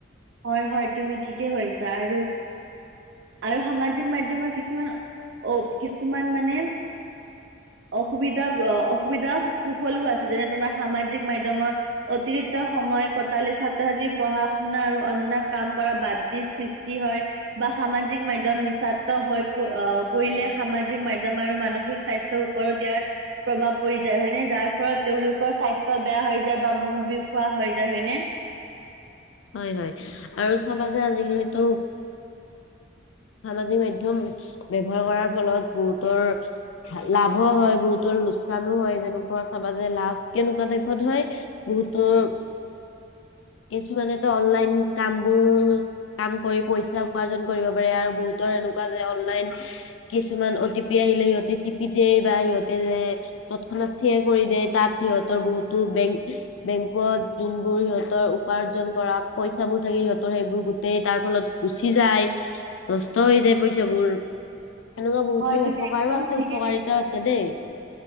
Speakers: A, on the right (about 65°); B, on the left (about 85°).
A: হয় হয় তুমি ঠিকেই কৰিছা আৰু আৰু সামাজিক মাধ্যমৰ কিছুমান অ কিছুমান মানে অসুবিধা অসুবিধা কুফলো আছে যেনে তোমাৰ সামাজিক মাধ্যমৰ অতিৰিক্ত সময় কটালে ছাত্ৰ ছাত্ৰীৰ পঢ়াশু আৰু অন্য কাম কৰা বাদ দি সৃষ্টি হয় বা সামাজিক মাধ্যম নিসাক্ত হৈ আহ পৰিলে সামাজিক মাধ্যম আৰু মানসিক স্বাস্থ্যৰ ওপৰত ইয়াৰ প্ৰভাৱ পৰি যায় হয়নে যাৰ ফলত তেওঁলোক কয় স্বাস্থ্য বেয়া হৈ যায় বা মূৰ বিখোৱা হৈ যায় হয়নে?
B: হয় হয় আৰু চাবা যে আজিকালিতো সামাজিক মাধ্যম ব্যৱহাৰ কৰাৰ ফলত বহুতৰ লাভো হয় বহুতৰ লোকচানো হয় যেনেকুৱা চাবাযে লাভ কেনেকুৱা টাইপত হয় বহুতৰ এইছো মানে অনলাইন কাম বোৰ কাম কৰি পইচা উপাৰ্জন কৰিব পাৰে আৰু বহুতৰ এনেক মাজে অনলাইন কিছুমান অতি হি আহিলে সিহতে টিপি দিয়ে বা সিহঁতে তৎক্ষণাত শ্বেয়াৰ কৰি দে তাত সিহঁতৰ বহুতো বেং বেংকত যোনবোৰ সিহতৰ উপাৰ্জন কৰা পইচা বোৰ থাকে সিহঁতৰ সেইবোৰ গোটেই তাৰ ফলত গুচি যায়। নষ্ট হৈ যায় পইচাবোৰ এনেকুৱা বহুতো
A: হয় তুমি
B: উপকাৰো
A: একদম
B: আছে
A: ঠিকে
B: উপকাৰিতাও
A: কৈছা
B: আছে দেই